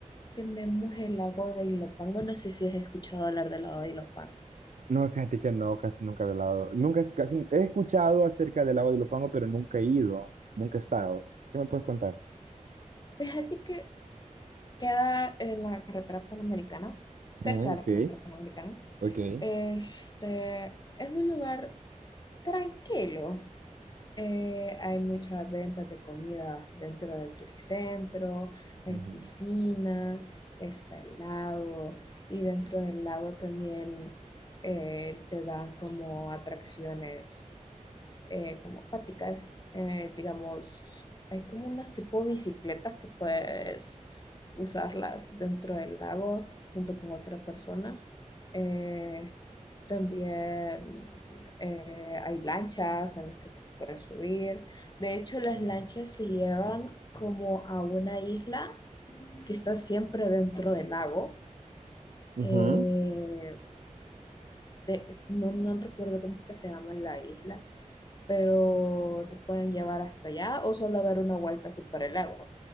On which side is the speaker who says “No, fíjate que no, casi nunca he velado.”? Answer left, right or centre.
Right